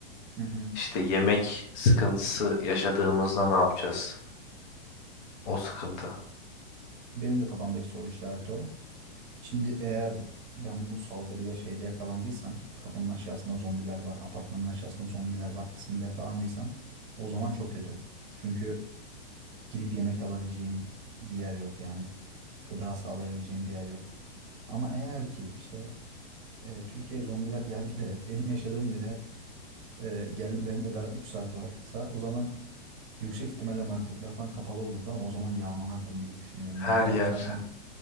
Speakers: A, on the right; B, on the left.
A: Hı hı.
B: işte yemek sıkıntısı yaşadığımızda ne yapacağız? O sıkıntı.
A: Benim de kafamdaki soru işareti o. Şimdi eğer ben bu saldırıya şeyde yakalandıysam, kapının aşağısında zombiler var, apartmanın aşağısında zombiler var kısmında yakalandıysam o zaman çok kötü. Çünkü gidip yemek alabileceğim bir yer yok yani. Gıda sağlayabileceğim bir yer yok. Ama eğer ki işte e, Türkiye'ye zombiler geldi de benim yaşadığım yere e, gelmelerinde daha 3 saat varsa o zaman yüksek ihtimalle marketler falan kapalı olurdu ama o zaman yağmalardım diye düşünüyorum. Yani
B: Her
A: o
B: yer,
A: zaten